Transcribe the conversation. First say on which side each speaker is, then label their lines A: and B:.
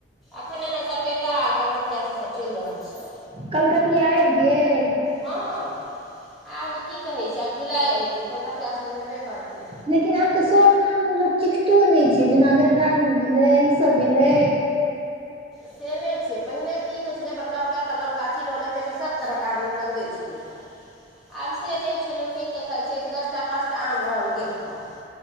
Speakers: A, in the centre; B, on the right (about 30°).
A: एखन एना सपेता आ कलकतियासभ चलि रहल छै।
B: कलकतिया आबि गेल।
A: हँ, आब की कहै छै, आब जुलाई औतै तऽ कलकतिया शुरू हेबे करतै।
B: लेकिन आब तऽ सभ आम लोक चिखतो नहि छै, जेना जर्दालु भेलै, ईसभ भेलै।
A: से नहि छै, पहिने की होइत छलै, बड़का-बड़का कलम गाछी रहलै, ताहिमे सभ तरहके आम लोक लगबैत छलै। कलि है से नहि छै, पहिने की होइत छलै, बड़का-बड़का कलम गाछी रहलै, ताहिमे सभ तरहके आम लोक लगबैत छलै।